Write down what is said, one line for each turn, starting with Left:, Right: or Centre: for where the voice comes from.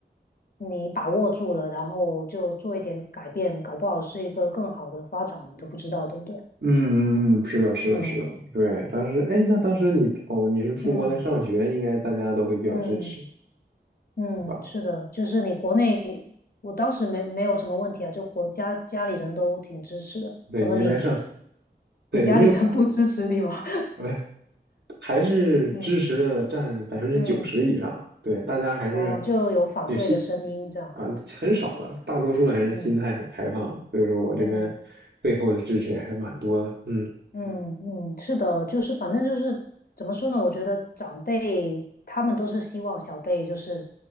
Left: 你把握住了，然后就做一点改变，搞不好是一个更好的发展，你都不知道，对不对？
Right: 嗯嗯嗯，是的，是的，
Left: 嗯
Right: 是的，对。当时，哎，那当时你哦，你是出国来上学，
Left: 嗯
Right: 应该大家都会比较支持，
Left: 嗯嗯，
Right: 对吧？
Left: 是的，就是你国内，我当时没没有什么问题啊，就国家家里人都挺支持的，
Right: 对，
Left: 怎么你
Right: 你是来上，对，
Left: 你家里人不支持你吗？
Right: 因为，哎还是支持的占百分之九十以上，
Left: <laughs> 嗯嗯，
Right: 对，大家还是
Left: 哦，就有反对的声音这样，
Right: 就心啊很少了，大多数还是心态很开放，
Left: 嗯
Right: 所以说我这边背后的支持也还是蛮多的，
Left: 嗯。
Right: 嗯
Left: 嗯嗯，是的，就是反正就是怎么说呢？我觉得长辈他们都是希望小辈就是